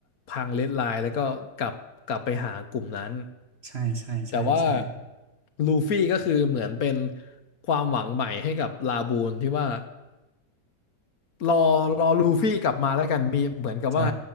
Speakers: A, on the left (about 60°); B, on the right (about 40°).
A: พังเลดไลน์แล้วก็กลับกลับไปหากลุ่มนั้น
B: ใช่ใช่ใช่ใช่
A: แต่ว่าลูฟี่ก็คือเหมือนเป็นความหวังใหม่ให้กับลาบูนที่ว่า รอรอลูฟี่กลับมาแล้วกันมีเหมือนกับว่า
B: ใช่